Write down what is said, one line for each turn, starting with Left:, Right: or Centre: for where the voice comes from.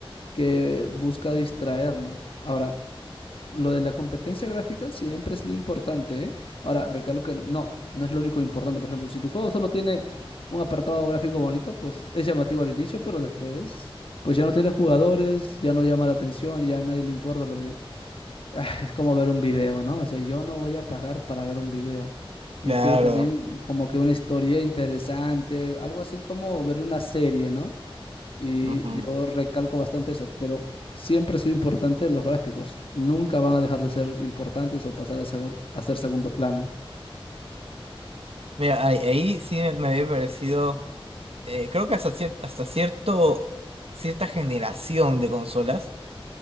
Left: que busca distraernos. Ahora, lo de la competencia gráfica siempre ha sido importante, ¿eh? Ahora, recalco que no, no es lo único importante. Por ejemplo, si tu juego solo tiene un apartado gráfico bonito, pues es llamativo al inicio, pero después, pues ya no tiene jugadores, ya no llama la atención, ya a nadie le importa porque ah, es como ver un video, ¿no? O sea, yo no voy a pagar para ver un video.
Right: Claro.
Left: Yo quiero también como que una historia interesante, algo así como ver una serie, ¿no? Y
Right: Ujú.
Left: yo recalco bastante eso, pero siempre ha sido importante los gráficos. Nunca van a dejar de ser importantes o pasar a, segur- a ser segundo plano.
Right: Mira, ahí, ahí sí me, me había parecido, eh, creo que hasta, cier- hasta cierto, cierta generación de consolas,